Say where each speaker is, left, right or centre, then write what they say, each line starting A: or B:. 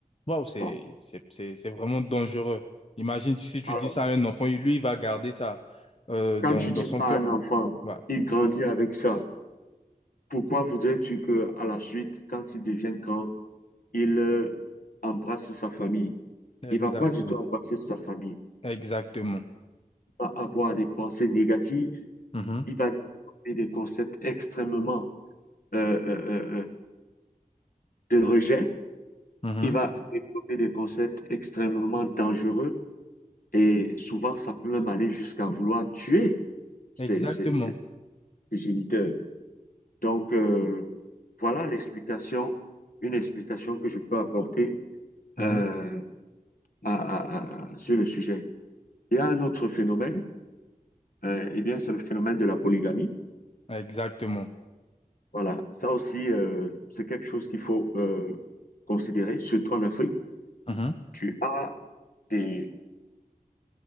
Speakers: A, on the left; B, on the left.
A: Waouh, c'est,
B: Bon,
A: c'est, c'est, c'est vraiment dangereux. Imagine si tu
B: alors,
A: dis ça à un enfant, lui, il va garder ça euh,
B: Quand
A: dans,
B: tu
A: dans
B: dis
A: son
B: ça
A: cœur.
B: à un enfant,
A: Ouais,
B: il grandit avec ça. Pourquoi voudrais-tu que, à la suite, quand il devienne grand, il euh, embrasse sa famille?
A: exactement.
B: Il va pas du tout embrasser sa famille.
A: Exactement.
B: Il va avoir des pensées négatives.
A: Mhm,
B: Il va développer des concepts extrêmement euh, euh, euh, euh, de rejet.
A: mhm,
B: Il va développer des concepts extrêmement dangereux. Et souvent, ça peut même aller jusqu'à vouloir tuer ses,
A: Exactement.
B: ses, ses- ses géniteurs. Donc, euh, voilà l'explication, une explication que je peux apporter
A: mhm,
B: euh, à- à- à- sur le sujet. Il y a un autre phénomène, euh, eh bien, c'est le phénomène de la polygamie.
A: Exactement.
B: Voilà, ça aussi, euh, c'est quelque chose qu'il faut euh, considérer, surtout en Afrique.
A: mhm,
B: Tu as des,